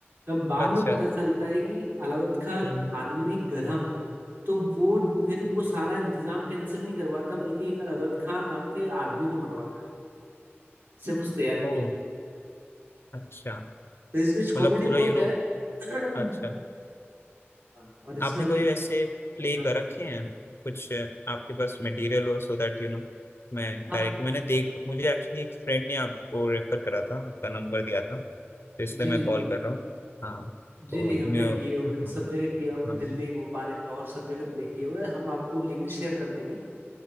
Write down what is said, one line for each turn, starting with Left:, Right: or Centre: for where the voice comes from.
Right: तब बाद
Left: अच्छा
Right: में पता चलता है कि अलादत खां
Left: हम्म,
Right: आदमी ने गधा मारा है तो वो फिर वो सारा इंतजाम कैंसिल नहीं करवाता बल्कि एक अलादत खां नाम के आदमी को मरवाता है सिर्फ उस तैयारी के
Left: ओ
Right: लिए
Left: अच्छा
Right: तो इस बीच
Left: मतलब
Right: कॉमेडी
Left: पूरा
Right: बहुत
Left: यू नो
Right: है <clears throat>
Left: अच्छा
Right: हाँ, और इसमें
Left: आपने
Right: हमारे
Left: कभी वैसे प्ले
Right: हाँ
Left: कर
Right: हाँ
Left: रखे हैं कुछ अ, आपके पास मटेरियल हो सो दैट यू नो मैं
Right: हाँ,
Left: डायरेक्ट मैंने देख मुझे एक्चुअली एक फ्रेंड ने आपको रेफर करा था आपका नंबर दिया था तो इसलिए
Right: जी
Left: मैं
Right: जी
Left: कॉल
Right: जी
Left: कर रहा हूँ हाँ
Right: जी
Left: तो
Right: जी हमने
Left: मैं
Right: किए
Left: हाँ
Right: हुए हैं, सब जगह किया हमने
Left: हाँ
Right: दिल्ली भोपाल इंदौर सब जगह प्ले किए हुए हैं हम आपको लिंक
Left: अच्छा
Right: शेयर कर देंगे